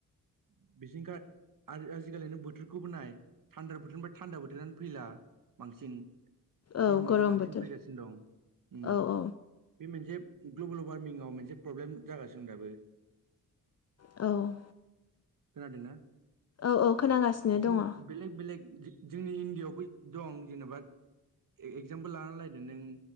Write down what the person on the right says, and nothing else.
<unintelligible> आथिखालिनो बोथोरखौबो नाय थान्दा बोथोरनिफ्राय थान्दा बोथोरानो फैला बांसिन
गरमासो
बांसिन
फैगासिनो दं
बे मोनसे ग्लबेल वारमिंआव मोनसे प्रब्लेम जागासिनो दं दाबो
खोनादोंना
बिदिनो
बेलेग बेलेग जोंनि इण्डियावबो दं जेनेबा एगजामपोल लानानै लायदो नों